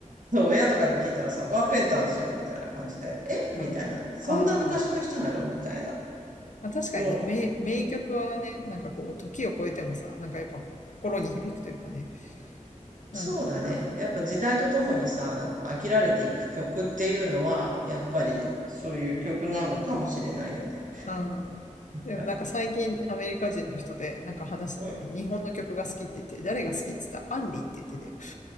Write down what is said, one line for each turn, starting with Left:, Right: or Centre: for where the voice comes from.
Right: そう、親とかに聞いたらさ、カーペンターズじゃん、みたいな感じで、えみたいな。
Left: うん、
Right: そんな昔の人なのみたいな。
Left: ああ、確かにね、
Right: もう、
Left: 名、名曲はね、なんかこう、時を超えてもさ、なんかやっぱこ心に響くというかね。
Right: そうだね。
Left: うん、
Right: やっぱ時代とともにさ、なんか飽きられていく曲っていうのは、やっぱりそういう曲なのかもしれないよね。
Left: うん。でもなんか最近アメリカ人の人でなんか話した時に日本の曲が好きって言って、
Right: あうん。
Left: 誰が好きって言ったらアンリって言ってたよ。